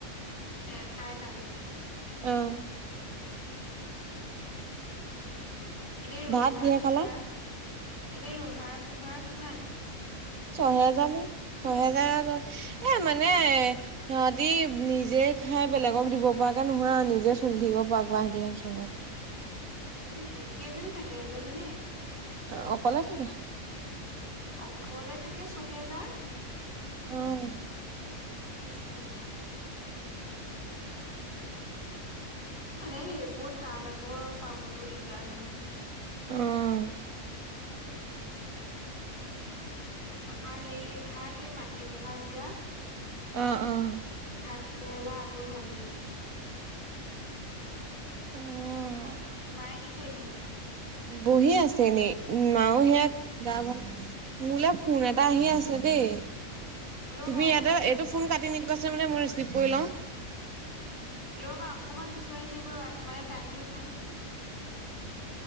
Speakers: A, on the left; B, on the right.
A: তে তাই তালে
B: অ, '
A: উম, এনে ৰোম
B: ভাত
A: ভাড়া
B: কিহে
A: চোম
B: খালা
A: ভাড়া এনে ৰোম ভাড়া চোম ভাড়া কিমান?
B: ছহেজাৰ মানে ছহেজাৰ লয় এ মানে সিহতি নিজে নি খাই বেলেগক দিব পৰাকে নহয় আৰু নিজে চলি থাকিব পৰা গাহে চহৰত
A: তাকেহে কেইজনী থাকে এজনী নে।
B: অ' অকলে থাকে।
A: অকলে থাকে ছহেজাৰ
B: অঁ।
A: ঠিক হৈছে। মানে সেইবোৰ তাত আকৌ পাবলৈও দিগদাৰ নহয়।
B: অঁ।
A: তাৰপৰা সেই ভাত এই মাটি মাহৰ আঞ্জা।
B: অঁ অঁ।
A: ভাত কেৰেলা আলু ভাজি।
B: অঁ।
A: মায়ে কি কৰিছে এতিয়া?
B: বহি আছে ন মাও সেয়া গা ভাল মোলে ফোন এটা আহি আছে দেই।
A: ৰ'বা
B: তুমি ইয়াতে
A: এই হেৰি
B: এইটো ফোন কাটি নিদিবাচ মানে মই ৰিচিভ কৰি লও।
A: ৰবা অকমান পিচৰিছে মানে টাইমটো চোৱাচোন <inaudible>